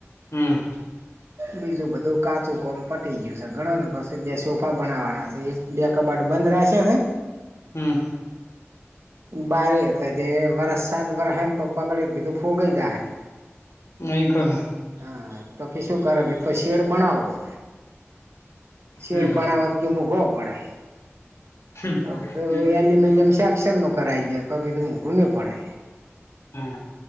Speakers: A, on the left (about 80°); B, on the right (about 65°).
A: હમ્મ.
B: બીજું બધું કાચું કોમ પટી ગયું છે, ગણોને પી બે સોફા બનાવાના છે. બે કબાટ બંધ રહેશે હ.
A: હમ્મ
B: બારે એ હતા, જે વષૅ સાત, વર્ષ હને, તો પલડ ગીધું. ફુગઈ જાહેર.
A: એ ખરું
B: હા, તો કે શું કરો, કે તો શેડ બનાવો, શેડ
A: હમ
B: બનાવ તે મૂઘો પડે,
A: હમ
B: તગ તે
A: હમ
B: એલ્યુમિનિયમ શેક્ષન નુ કરાવી દે, તો કીધું. મોંઘું પડે.
A: હમ્મ